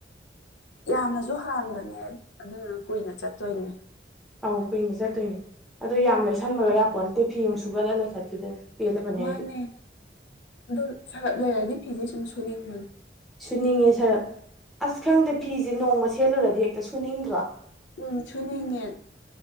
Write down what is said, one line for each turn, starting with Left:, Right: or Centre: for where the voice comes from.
Left: ꯌꯥꯝꯅꯁꯨ ꯍꯥꯟꯕꯅꯦ ꯑꯗꯨꯗꯨꯅ ꯀꯨꯏꯅ ꯆꯠꯇꯣꯏꯅꯦ
Centre: ꯑꯧ ꯀꯨꯏꯅ ꯆꯠꯇꯣꯏꯅꯦ ꯑꯗꯣ ꯌꯥꯝ ꯂꯩꯁꯟꯕꯒ ꯌꯥꯄꯣꯟꯇꯦ ꯐꯤ ꯃꯨꯛ ꯁꯨꯒꯠꯂ ꯂꯩꯈꯠꯈꯤꯗꯅ ꯄꯦꯜꯂꯕꯅꯦ
Left: ꯃꯥꯅꯦ
Centre: ꯑꯩꯗꯤ
Left: ꯑꯗꯣ ꯁꯥꯔꯞ ꯂꯩꯔꯗꯤ ꯐꯤꯁꯦ ꯁꯨꯝ ꯁꯨꯅꯤꯡꯕꯅꯦ
Centre: ꯁꯨꯅꯤꯡꯉꯦ ꯁꯥꯔꯞ ꯑꯁ ꯈꯪꯗꯦ ꯐꯤꯁꯦ ꯅꯣꯡꯃ ꯁꯦꯠꯂꯨꯔꯗꯤ ꯍꯦꯛꯇ ꯁꯨꯅꯤꯡꯗ꯭ꯔꯣ
Left: ꯎꯝ ꯁꯨꯅꯤꯡꯉꯦ